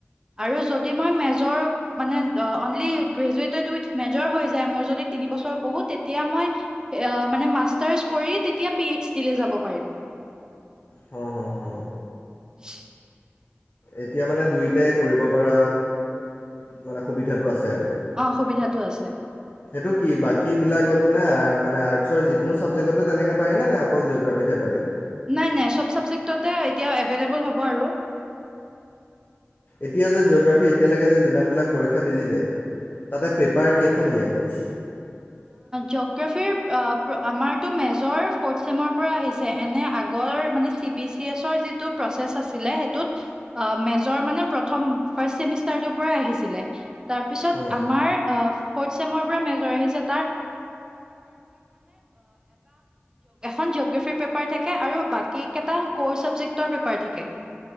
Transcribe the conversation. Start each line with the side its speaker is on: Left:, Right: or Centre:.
Right: আৰু যদি মই মেজৰ মানে অনলি গ্ৰেজুৱেটেড উইথ মেজৰ হৈ যায়। মোৰ যদি তিনিবছৰ পঢ়োঁ তেতিয়া মই মানে মাষ্টাৰছ কৰি তেতিয়া পি এইচ ডি লৈ যাব পাৰিম।
Left: হ, হ, হ।
Right: <unintelligible>
Left: এতিয়া মানে দুয়োটাই কৰিব পৰা মানে সুবিধাটো আছে। আৰু
Right: অ, সুবিধাটো আছে। যে
Left: সেইটো কি বাকীবিলাকতো নে মানে আৰ্টচৰ যিকোনো ছাবজেক্টতে তেনেকে পাৰি নে, নে অকল জিঅ'গ্ৰফিতহে পাৰি?
Right: নাই, নাই সব চাবজেক্টতে এতিয়া এভেলেবল হ'ব আৰু।
Left: এতিয়া যে জিঅ'গ্ৰাফি এতিয়া লৈকে যে যিমানবিলাক পৰীক্ষা দিলি যে তাতে পেপাৰ কেইখন খন দিয়া গ'ল?
Right: জগ্ৰাফিৰ পৰা আমাৰটো মেজৰ ফৰ্থ চেমৰ পৰা আহিছে। এনে আগৰ মানে চি বি এচ অৰ যিটো প্ৰচেচ আছিলে। সেইটোত মেজৰ মানে প্ৰথম চেমিষ্টাৰটোৰ পৰাই আহিছিলে। তাৰপিছত
Left: হুম
Right: আমাৰ ফৰ্থ চেমৰ পৰা মেজৰ আহিছে। ান জগাফ পেপ থ আৰু বাকী কেইৰ থ <inaudible>